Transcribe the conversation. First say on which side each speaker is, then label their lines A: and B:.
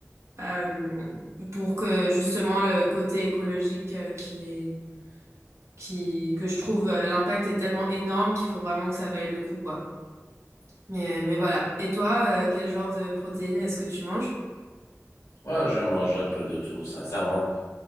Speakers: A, on the right; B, on the left.
A: Euh, pour que justement le côté écologique euh, qui qui, que je trouve euh, l'impact est tellement énorme qu'il faut vraiment que ça vaille le coup, quoi. Mais, mais voilà. Et toi, euh, quel genre de protéines est-ce que tu manges?
B: Moi, je mange un peu de tout, sincèrement.